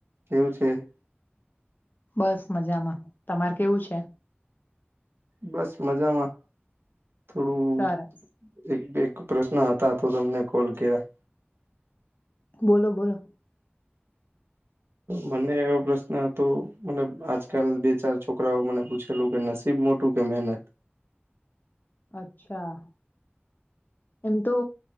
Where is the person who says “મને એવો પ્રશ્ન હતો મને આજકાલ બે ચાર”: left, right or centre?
Right